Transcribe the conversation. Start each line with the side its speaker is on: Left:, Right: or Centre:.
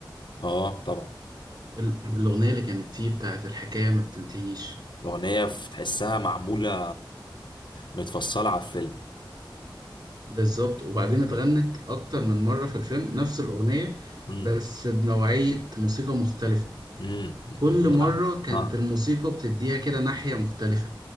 Left: اه طبعا
Right: ال- الأغنية اللي كانت فيه بتاعت الحكاية ما بتنتهيش
Left: الأغنية ف- تحسها معمولة متفصلة على الفيلم
Right: بالظبط وبعدين اتغنت اكتر من مره في الفيلم نفس الاغنيه
Left: امم
Right: بس بنوعيه موسيقى مختلفه
Left: امم
Right: كل مره كانت
Left: اه
Right: الموسيقى بتديها كده ناحيه مختلفه